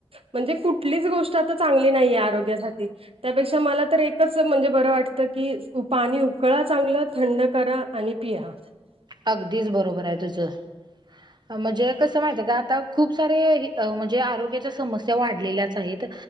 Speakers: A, on the right; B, on the right.
A: म्हणजे कुठलीच गोष्ट आता चांगली नाहीये आरोग्यासाठी. त्यापेक्षा मला तर एकच म्हणजे बरं वाटतं की पाणी उकळा चांगलं थंड करा आणि पिहा. <inaudible>
B: अगदीच बरोबर आहे तुझं. म्हणजे कसं माहिते का आता खूप सारे म्हणजे आरोग्याच्या समस्या वाढलेल्याच आहेत.